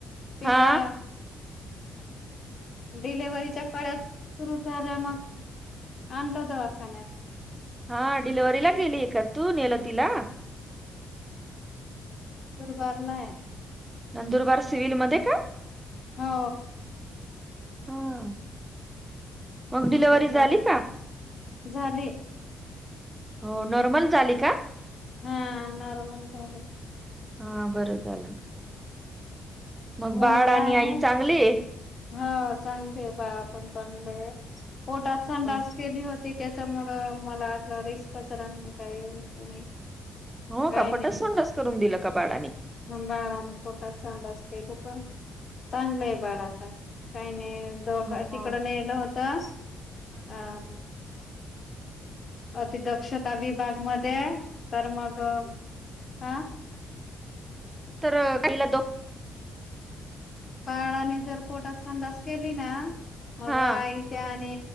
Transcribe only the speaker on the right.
हा
हा डिलवरीला गेली का तू नेल तला
नंदुरबार सिव्हलमध्येध्ये का
हा मग डिलवरी
झाली का
हो नॉर्मल झाली का
हा बरं झालं मग
बाळ आणि
आई चांगले?
हो
हो
का पटसवंडच
करून दिलं का बाळाने?
हो हो.
तर काहीला दो
हा